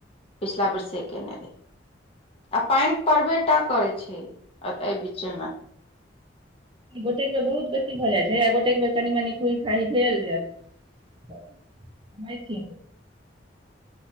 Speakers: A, on the left; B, on the right.
A: पिछला बेर से केने रे आ पानि परड़बेटा करै छै एहि बीचे मे
B: गोटेक बेर बहुत बेसी भ जाइत छै गोटेक बेर कनी मनी फू फाही भेल जाय समै